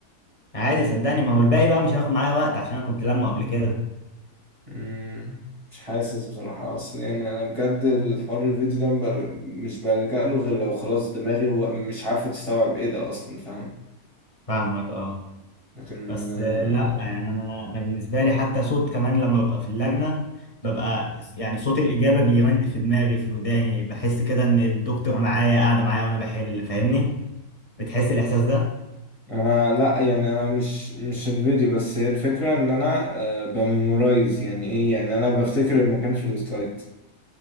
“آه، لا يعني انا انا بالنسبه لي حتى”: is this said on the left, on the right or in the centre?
Left